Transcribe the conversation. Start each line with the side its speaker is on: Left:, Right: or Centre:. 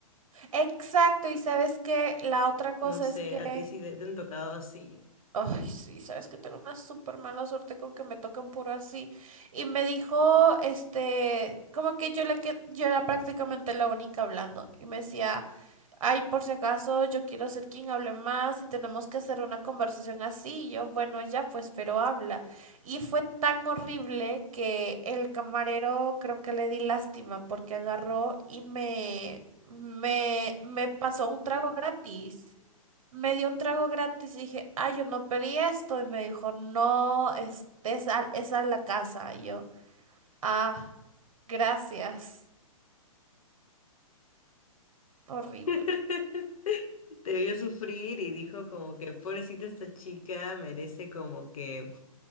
Right: Exacto, y sabes que la otra cosa
Left: No
Right: es
Left: sé,
Right: que,
Left: a ti sí te, te han tocado así.
Right: ay, sí, sabes que tengo una súper mala suerte con que me tocan puro así. Y me dijo, este, como que yo, la que yo era prácticamente la única hablando. Y me decía, Ay, por si acaso, yo quiero ser quien hable más y tenemos que hacer una conversación así. Y Yo, bueno, ya pues, pero habla. Y fue tan horrible que el camarero creo que le di lástima porque agarró y me, me, me pasó un trago gratis. Me dio un trago gratis y dije, ay, yo no pedí esto. Y me dijo, no, es, es, a, es a la casa. Y yo, ah, gracias. Horrible.
Left: <laughs> Te vio sufrir y dijo como que pobrecita esta chica merece como que